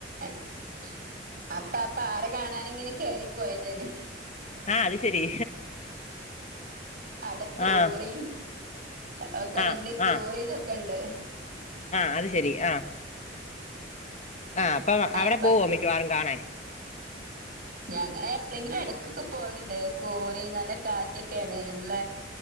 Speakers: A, on the right (about 55°); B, on the left (about 40°).
A: അപ്പ <unintelligible> പാറ കാണാന് ഇങ്ങനെ കേറിപ്പോയതാന്
B: ആ അത് ശരി
A: <inaudible> അടെക്കൂറയും
B: ആഹ്
A: ഒക്കെ
B: ആഹ്
A: വലിയ കോരയും
B: ആഹ്
A: ഇതൊക്കെ ഉണ്ട്
B: ആഹ് അത് ശരി ആഹ് ആ അപ്പം
A: അപ്പൊ
B: അവിടെ പോവോ മിക്കവാറും കാണാൻ
A: ഞങ്ങളെ എപ്പളെങ്കിലും ഇടക്കൊക്കെ പോവാല്ണ്ട് കോറി നല്ല കാറ്റൊക്കെയാണ് നല്ല